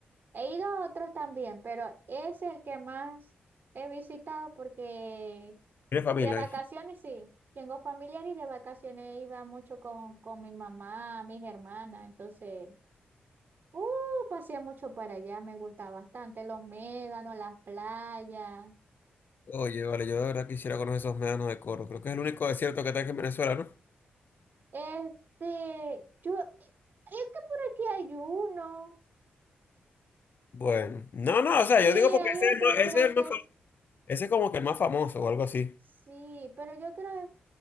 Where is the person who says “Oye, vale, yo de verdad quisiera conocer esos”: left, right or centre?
Left